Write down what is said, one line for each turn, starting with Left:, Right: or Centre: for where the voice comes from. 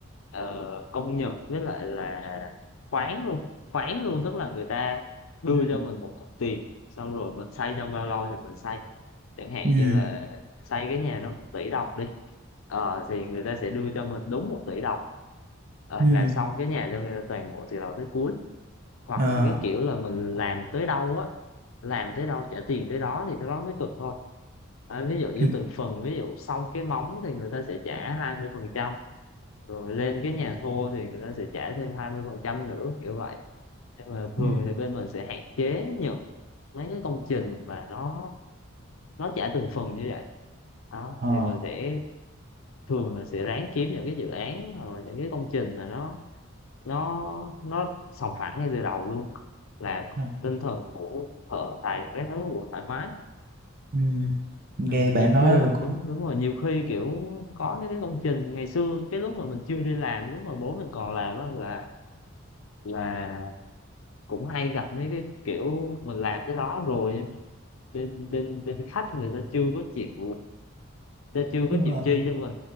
Left: ờ, công nhật với lại là khoán luôn khoán luôn tức là người ta đưa
Right: ừ
Left: cho mình một cục tiền xong rồi mình xây trong bao lâu thì mình xây chẳng hạn
Right: ừ
Left: như là xây cái nhà đó một tỷ đồng đi Ờ, thì người ta sẽ đưa cho mình đúng một tỷ đồng Ờ,
Right: ừ
Left: làm xong cái nhà cho người ta toàn bộ từ đầu tới cuối hoặc
Right: ờ
Left: là cái kiểu là mình làm tới đâu á làm tới đâu trả tiền tới đó thì cái đó mới cực thôi À, ví dụ như
Right: ừ
Left: từng phần ví dụ xong cái móng thì người ta sẽ trả hai mươi phần trăm rồi lên cái nhà thua thì người ta sẽ trả thêm 20% nữa kiểu vậy nhưng mà thường
Right: ừ
Left: thì bên mình sẽ hạn chế nhận mấy cái công trình mà nó nó trả từng phần như vậy đó
Right: ờ
Left: thì mình sẽ thường là sẽ ráng kiếm những cái dự án hoặc là những cái công trình mà nó nó nó sòng phẳng ngay từ đầu luôn là
Right: ừ
Left: tinh thần của thợ tài các thứ cũng thoải mái
Right: ừ. nghe
Left: Ừ, nhiều
Right: bạn
Left: khi
Right: nói rồi cũng
Left: đúng đúng rồi nhiều khi kiểu có những cái công trình ngày xưa cái lúc mà mình chưa đi làm lúc mà bố mình còn làm á là là cũng hay gặp mấy cái kiểu mình làm tới đó rồi nhưng mà bên bên bên khách người ta chưa có chịu người ta chưa
Right: đúng
Left: có chịu
Right: rồi.
Left: chi cho mình